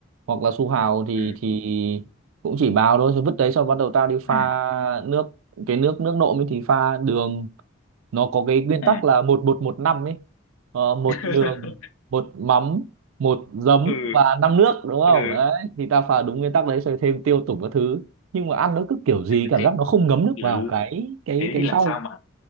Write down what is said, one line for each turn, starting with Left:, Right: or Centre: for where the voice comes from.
Right: Hoặc là su hào thì
Left: ừ
Right: thì Cũng chỉ bào thôi rồi vứt đấy xong bắt đầu tao đi pha
Left: ừ
Right: nước Cái nước nước nộm ấy thì pha đường Nó có cái nguyên
Left: ừ
Right: tắc là một bột một năm ấy Ờ, một
Left: <laughs>
Right: đường một mắm một giấm
Left: ừ
Right: và năm nước đúng không
Left: ừ
Right: đấy thì ta pha đúng nguyên tắc đấy rồi thêm tiêu tủng các thứ nhưng mà ăn nó cứ kiểu gì cảm
Left: cái
Right: giác nó không ngấm được
Left: ừ
Right: vào cái cái
Left: thế
Right: cái
Left: thì làm
Right: rau
Left: sao mà